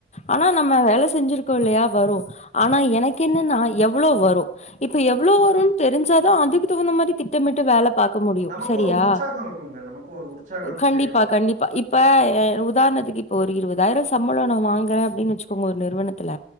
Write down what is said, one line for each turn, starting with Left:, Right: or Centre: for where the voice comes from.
Left: ஆனா
Right: ஆ
Left: நம்ம வேல செஞ்சிருக் கோல்லயா வரு ஆனா எனக்கு என்னனா எவ்வளோ வரு இப்ப எவ்ளோ
Right: ஆ
Left: வருன் தெரிஞ்சாதா அதுக்கு தகுந்த மாரி திட்டமிட்டு வேல பாக்க
Right: ஆ
Left: முடியு
Right: நமக்கு
Left: செரியா
Right: ஒரு உற்சாகோ இருக்குங்க நமக்கு ஒரு உற்சாகோ இருக்கு
Left: கண்டிப்பா
Right: சரி வந்து
Left: கண்டிப்பா
Right: ஆ
Left: இப் <unintelligible> உதாரணத்துக்கு இப்ப ஒரு இருவதாயிரோ சம்பளோ நா வாங்குறனு அப்டின்னு வெச்சுக்கோங்க ஒரு நிறுவனத்துல